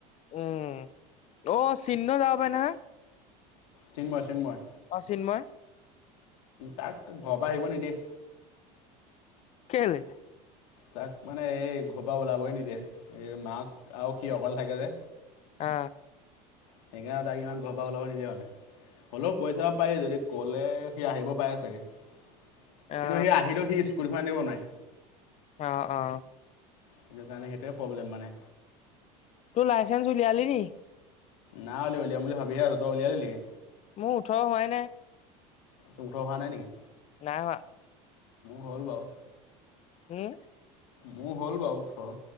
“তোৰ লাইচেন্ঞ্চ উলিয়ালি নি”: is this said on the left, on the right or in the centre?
Left